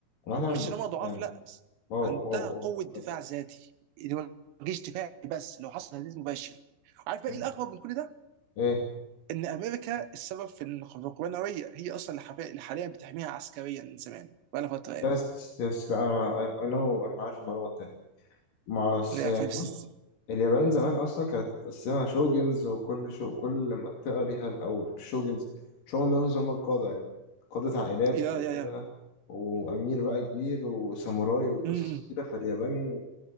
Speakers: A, on the left; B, on the right.
A: مثلا
B: مش ان هم ضعاف
A: يعني
B: لا بس
A: واو
B: عندها
A: واو
B: قوه
A: واو
B: دفاع
A: بجد.
B: ذاتي اللي هو جيش دفاعي بس لو حصل تهديد مباشر عارف بقى
A: مم.
B: ايه الاغرب من كل ده
A: ايه
B: ان امريكا السبب في ان في القوه النوويه هي اصلا اللي حبي- اللي حاليا بتحميها عسكريا من زمان بقى لها فتره يعني
A: يس يس لا انا انا انا عارف المعلومه التانيه مع الص-
B: لا،
A: يعني
B: فبس
A: بص اليابان زمان اصلا كانت متقسمه شوجنز وكل شو كل منطقه ليها او مش شوجنز شوجنز هم القاده يعني قاده عائلات
B: يا
A: وكده
B: يا يا
A: وامير بقى كبير وساموراي وقصص
B: م- م.
A: كتيره فاليابان